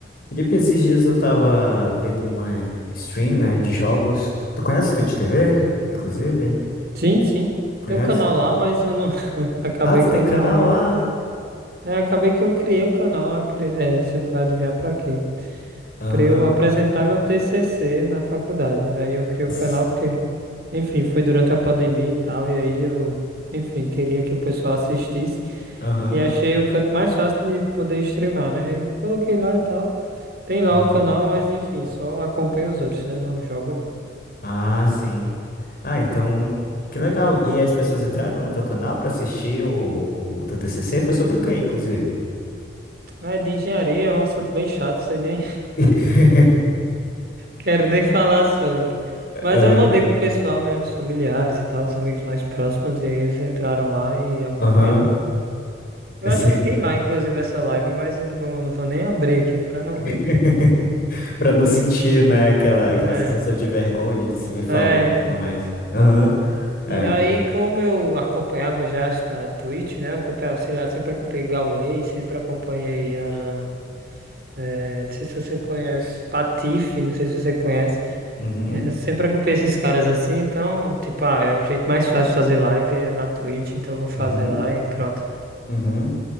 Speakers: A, on the left; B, on the right.
A: Felipe, esses dias eu tava vendo uma stream, né, de jogos. Tu conhece o Twitch TV, inclusive?
B: Sim, sim.
A: Conhece?
B: Tem um canal lá, mas eu não. <laughs> Acabei
A: Ah, tu
B: que
A: tem
B: eu
A: canal
B: não, não...
A: lá?
B: É, acabei que eu criei o canal. acre- É, você não vai adivinhar pra quê?
A: Aham.
B: Pra eu apresentar meu TCC na faculdade. Aí eu criei
A: S-
B: o canal porque, enfim, foi durante a pandemia e tal. E aí eu, enfim, queria que o pessoal assistisse.
A: Aham.
B: E achei o canto mais fácil de poder streamar, né? E coloquei lá e tal. Tem lá
A: Aham.
B: o canal, mas enfim, só acompanho os outros, né? Não jogo não.
A: Ah, sim. Ah, então, que legal. E as pessoas entraram no teu canal pra assistir o, o teu TCC? Foi sobre o quê, inclusive?
B: Ah, é de engenharia é um assunto bem chato, sei nem. <laughs>
A: <laughs>
B: Quero nem falar sobre.
A: Aham.
B: Mas eu mandei pro pessoal, né? Os familiares e tal, os amigos mais próximos, e aí eles entraram lá e acompanharam.
A: Aham.
B: Eu
A: Sim.
B: acho que tem lá, inclusive, essa live, mas eu não vou, não vou nem abrir aqui pra não
A: <laughs>
B: ver.
A: Pra não sentir, né, aquela, aquela
B: É,
A: sensação de vergonha de se ver falando
B: é,
A: e
B: então.
A: tudo mais. Aham. É.
B: E aí, como eu acompanhava já as da Twitch, né? Eu acompanhava, sei lá, sempre acompanhei Gaulei, sempre acompanhei. ah, é, não sei se você conhece, Patife, não sei se você conhece.
A: Uhum.
B: É, sempre acompanho esses caras assim, então, tipo, ah, é o jeito mais fácil de fazer live é na Twitch, então eu vou fazer
A: Uhum.
B: lá e pronto.
A: Uhum,